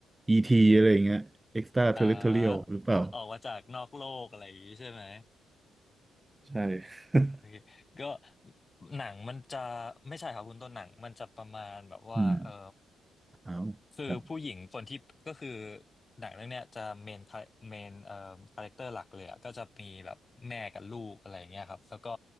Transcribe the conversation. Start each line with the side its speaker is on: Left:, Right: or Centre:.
Right: e ีทีอะไรอย่างเงี้ยเอ็กซ์ตราเทอริทเรียลหรือเปล่า
Left: อ่าออกมาจากนอกโลกอะไรอย่างนี้ใช่ไหม
Right: ใช่ <laughs>
Left: โอเคก็หนังมันจะไม่ใช่ครับคุณต้นหนังมันจะประมาณแบบว่าเออ
Right: อืมเอา
Left: คือผู้หญิงคนที่ก็คือ
Right: ครับ
Left: หนังเรื่องเนี้ยจะเมนเมนเอ่อคาแรคเตอร์หลักเลยอะก็จะมีแบบแม่กับลูกอะไรอย่างเงี้ยครับแล้วก็